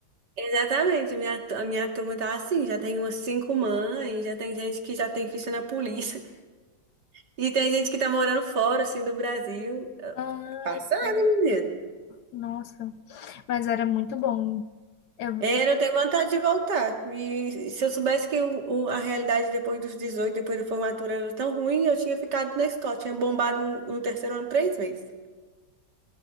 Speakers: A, on the right (about 65°); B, on the left (about 60°).
A: exatamente. A minha, tu- a minha turma tá assim, já tem umas cinco mães, já tem gente que já tem ficha na polícia. <laughs> E tem gente que tá morando fora, assim, do Brasil.
B: Ai,
A: Passada,
B: que...
A: hein,
B: nossa. Mas era muito bom. Eu,
A: Era, eu tenho vontade de voltar. E se eu soubesse que o- o- a realidade depois dos 18, depois da formatura era tão ruim, eu tinha ficado na escola. Tinha bombado no, no terceiro ano três vezes.